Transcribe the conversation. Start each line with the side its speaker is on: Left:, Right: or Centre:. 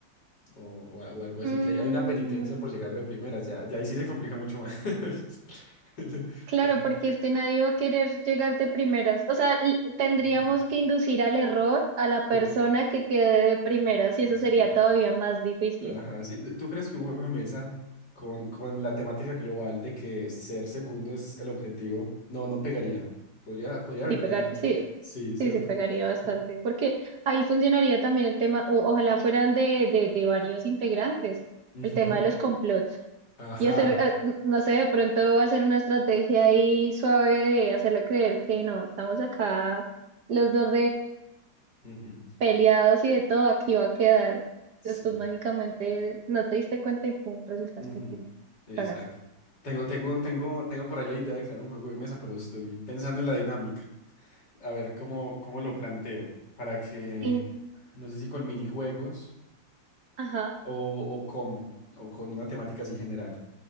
Left: o, o a- o algo así,
Right: Mm,
Left: que hay, hay una penitencia por llegar de primeras, ya, ya ahí sí se complica mucho más. <laughs> El-
Right: Claro,
Left: el-
Right: porque es que nadie va a querer llegar de primeras. O sea, l- tendríamos
Left: Ujú.
Right: que inducir al error a la persona
Left: Sí.
Right: que quede de primeras y
Left: Exacto.
Right: eso sería todavía más difícil.
Left: Ajá, sí. ¿Tú crees que un juego de mesa con, con la temática global de que ser segundo es el objetivo? No, no pegaría. Podría, podría haber
Right: Sí,
Left: una
Right: pegar,
Left: dinámica.
Right: sí,
Left: Sí, cierto.
Right: sí, se pegaría bastante,
Left: Eh,
Right: porque ahí funcionaría también el tema, o, ojalá fueran de, de, de varios integrantes,
Left: ujú.
Right: el tema de los complots
Left: Ajá.
Right: y hacer, eh, n- no sé, de pronto hacer una estrategia ahí suave de hacerle creer que no, estamos acá los dos
Left: Ujú.
Right: peleados y de todo, aquí va a quedar.
Left: Sí.
Right: Después mágicamente no te diste cuenta y pum, resultaste
Left: Ujú.
Right: primero.
Left: Exacto.
Right: Cagaste.
Left: Tengo, tengo, tengo, tengo por ahí la idea de crear un juego de mesa, pero estoy pensando en la dinámica. A ver cómo, cómo lo planteo. Para que,
Right: En-
Left: no sé si con minijuegos
Right: ajá,
Left: o, o cómo, o con una temática así general.